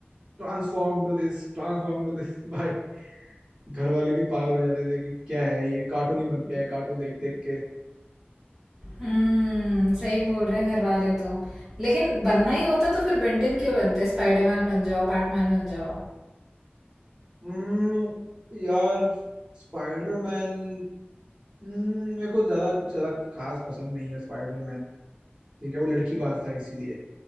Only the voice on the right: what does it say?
transform to this transform to this <laughs> भाई घर वाले भी पागल हो जाते थे कि क्या है ये कार्टून ही बन गया है कार्टून देख देख के
हम्म, यार स्पाइडरमैन हम्म, मेरे को ज्यादा कुछ ज्यादा कुछ खास पसंद नहीं है स्पाइडरमैन ठीक है वो लड़की बाज था इसीलिए